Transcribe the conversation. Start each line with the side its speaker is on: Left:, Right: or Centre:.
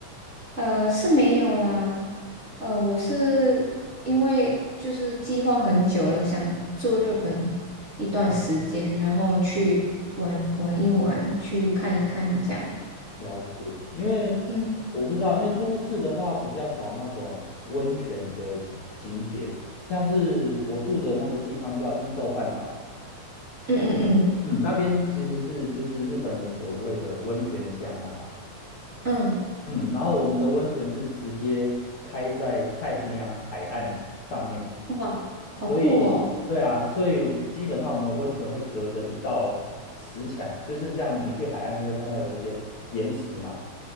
Right: 呃，是没有啦。呃，我是因为就是计划很久了，想住日本一段时间，
Left: 哦
Right: 然后去玩玩一玩，去看一看这样。
Left: 了解，因为
Right: 嗯
Left: 我不知道，因为都市的话比较少那种温泉的景点，像是我住的那个地方叫伊豆半岛，
Right: 嗯嗯
Left: 嗯，那边其实是就是日本人所谓的温泉乡啦、
Right: 嗯
Left: 嗯，然后我们的温泉是直接开在太平洋海岸上面，
Right: 嗯，哇，好酷哦！
Left: 所以对啊，所以基本上我们温泉会隔着一道石墙，就是像你去海岸就会看到有一些岩石嘛，